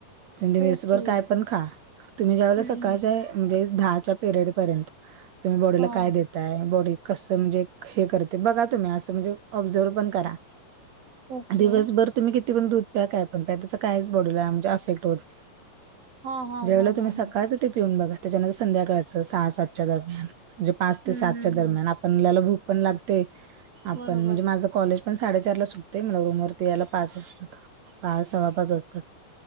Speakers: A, on the right (about 65°); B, on the right (about 85°).
A: त्यां
B: ओके.
A: वेसभर काय पण खा तुम्ही ज्यावळेला
B: हं,
A: सकाळच्या.
B: हं.
A: म्हणजे दहाच्या पिरियड पर्यंत तुम्ही बॉडीला
B: हां.
A: काय देताय बॉडी. कस म्हणजे हे करते बघा तुम्ही असं म्हणजे ऑब्झर्व पण करा.
B: ओके.
A: दिवसभर तुम्ही किती पण दूध प्या काय पण प्या त्याच कायच बॉडूल म्हणजे अफेक्ट होत नाही.
B: हां, हां,
A: ज्यावेळेला
B: हां,
A: तुम्ही
B: हां,
A: सकाळच
B: हां.
A: तेे पिऊन बघा त्याच्यानंतर संध्याकाळचं सहा सातच्या दरम्यान. म्हणजे पाच
B: हं,
A: ते सातच्या
B: हं,
A: दरम्यान
B: हं.
A: आपल्याला भूक पण लागते आपण
B: बरोबर.
A: म्हणजे माझ, कॉलेज पण साडेचार ला सुटतेय मला रूम वरती यायला पाच वाजता. पा सवा पाच असतात.